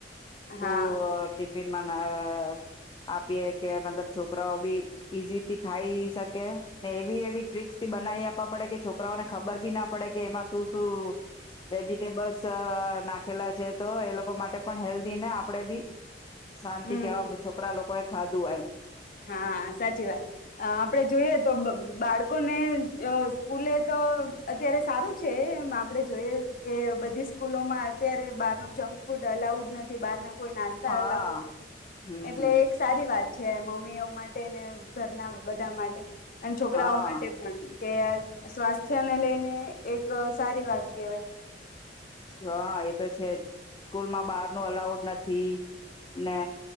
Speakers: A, on the left (about 25°); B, on the left (about 50°).
A: તું
B: હા
A: ટિફિન મા ન. હા આપીએ કે મતલબ છોકરાઓ બ ઈઝીથી ખાઈ શકે ને એવી એવી ટ્રીકસથી બનાવી આપવા પડે કે છોકરાઓને ખબર બી ના પડે કે એમાં શું વેજીિટેબલ્સ નાખેલા છે. તો એ લોકો માટે પણ હેલ્ધી ને આપડે બી શાંતિ
B: હમ
A: કેવા છોકરા લોકો ખાધું એમ.
B: હા સાચી વાત આપડે જોઈએ તો બાળકો લોકોને સ્કૂલે તો અત્યારે સારું છે એમ આપણે જોઈએ કે બધી સ્કૂલોમાં અત્યારે બહારનું જંક ફૂડ અલાઉડ નથી બહારના કોઈ નાસ્તા
A: હા
B: અલાવ નથી,
A: હમ
B: એટલે એક સારી વાત. છે મમ્મ મમીઓ માટે ઘરના બધા માટે. અને છોકરાઓ
A: હા
B: માટે પણ. કે સ્વાસ્થ્યને લઈને એક સારી વાત કેહેવાય.
A: હા એ તો છે જ સ્કૂલમાં બહાર ન અલાઉડ નથી, ને